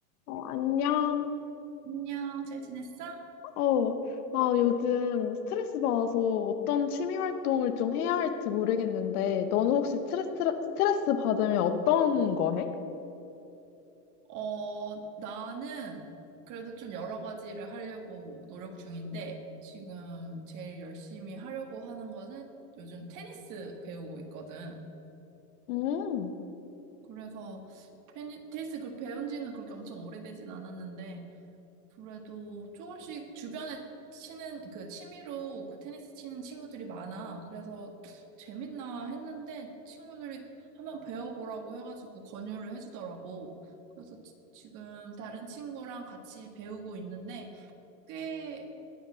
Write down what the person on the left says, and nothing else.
어, 안녕.
어, 나 요즘 스트레스 받아서 어떤 취미 활동을 좀 해야 할지 모르겠는데, 너는 혹시 스트레스, 스트레스 받으면 어떤 거 해?
음,